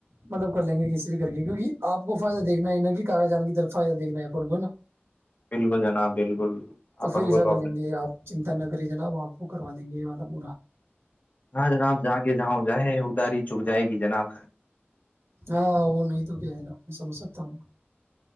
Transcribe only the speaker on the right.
مطلب کر لیں گے کسی بھی کر کے کیونک آپ کو فائدہ دیکھنا ہے نا کہ خالہ جان کی طرف فائدہ دیکھنا ہے اپن کو نا
تو
پھر ایسا
کر
لیں گے آپ چنتا نہ کرے جناب آپ کو کروا دیں گے والا <inaudible>
ہاں وہ نہیں تو کیا ہے نا میں سمجھ سکتا ہوں